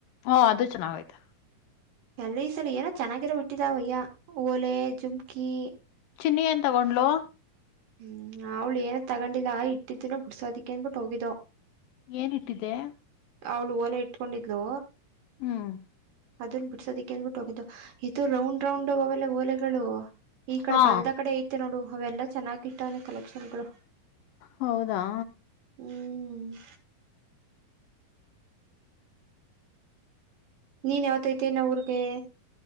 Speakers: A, on the left; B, on the right.
A: ಹ ಅದು ಚೆನ್ನಾಗ್ ಆಯ್ತಾ.
B: ಎಲ್ಲ ಈ ಸಲ ಏನೋ ಚೆನ್ನಾಗಿರೋ ಹಟ್ಟಿದಾವಯ್ಯ ಓಲೆ ಜುಮ್ಕಿ.
A: ಚಿನ್ನಿ ಏನ್ ತಗೊಂಡ್ಲು?
B: ಹ್ಮ್ ಅವ್ಳು ಏನ ತಗೊಂಡಿಲ್ಲ ಇಟ್ಟಿದ್ದನ ಬಿಡ್ಸೋದಿಕ್ಕೆ ಅನ್ಬಿಟ್ಟು ಹೋಗಿದ್ದು.
A: ಏನ ಇಟ್ಟಿದೆ.
B: ಅವಳು ಓಲೆ ಇಟ್ಕೊಂಡಿದ್ಲು.
A: ಹ್ಮ್.
B: ಅದನ್ ಬಿಡ್ಸೋದಕ್ಕೆ ಅನ್ಬಿಟ್ಟು ಹೋಗಿದ್ದು ಇದು ರೌಂಡ್ ರೌಂಡ್ ಅವೆಲ್ಲ ಓಲೆಗಳು. ಈ ಕಡೆ
A: ಹಾ
B: ಬಲ್ದ ಕಡೆ ಐತೆ ನೋಡು ಅವೆಲ್ಲಾ ಚೆನ್ನಾಗಿಟ್ಟಾನೆ ಕಲೆಕ್ಷನ್ ಗಳು.
A: ಹೌದಾ.
B: ಹ್ಮ್. ನೀನ್ ಯಾವತ ೈತಿ ನ ಊರ್ಗೆ.